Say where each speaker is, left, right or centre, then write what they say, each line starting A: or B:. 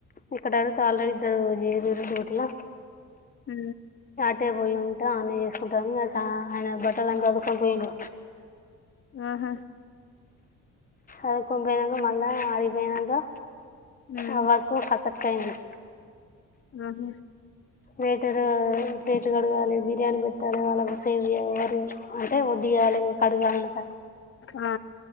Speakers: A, on the left; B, on the left.
A: ఇక్కడ ఇక్కడ ఆల్రడీ ఇద్దరూ జేరిన్ రూట్ల
B: హు
A: అట్టే పోయి ఉంట ఆన్న వేసుకుంటాని ఆయన బట్టలని చదుకొని పోయిను
B: ఆహా
A: అదికుపోనాంగా మళ్ళ అరిపోనాంగా
B: ఉమ్
A: ఆ వర్క్ ఫసక్ అయ్యింది
B: ఆహ
A: బేటర్ ప్లేట్ కడగాలి బిర్యానీ పెట్టాలి వాళ్ళకు సేవ చేయాలి అంటే వడ్డీ యాలి కడుగాన్నట
B: ఆ